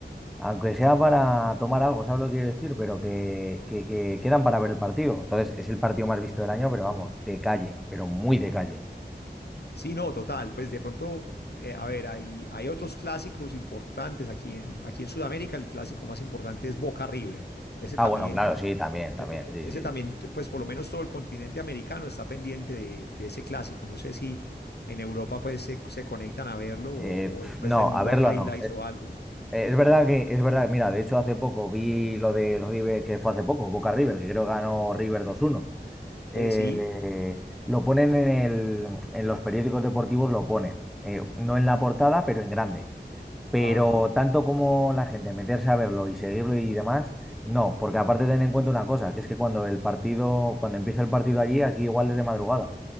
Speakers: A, in the centre; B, on the left (about 65°).
A: Aunque sea para tomar algo, ¿sabes lo que quiero decir? Pero que, que que quedan para ver el partido. Entonces, es el partido más visto del año, pero vamos, de calle, pero muy de calle.
B: Sí, no, total. Pues de pronto, eh, a ver, hay, hay otros clásicos importantes aquí en, aquí en Sudamérica. El clásico más importante es Boca River. Ese
A: Ah,
B: también.
A: bueno, claro, sí, también, también,
B: Eh,
A: sí, sí.
B: Ese también,
A: sí.
B: pues por lo menos todo el continente americano está pendiente de, de ese clásico. No sé si en Europa pues se, se conectan a verlo o,
A: Eh, pf,
B: o, eh, pues
A: no,
B: de los
A: a verlo
B: highlights
A: no. Eh,
B: o algo.
A: eh, es verdad que, es verdad, mira, de hecho hace poco vi lo del River, que fue hace poco, Boca River, que creo que ganó River dos uno. Eh,
B: Eh, sí.
A: lo ponen en el, en los periódicos deportivos, lo ponen. Eh, no en la portada, pero en grande. Pero
B: Ah,
A: tanto como la gente meterse a verlo y seguirlo y demás, no, porque aparte ten en cuenta una cosa, que es que cuando el partido, cuando empieza el partido allí, aquí igual es de madrugada.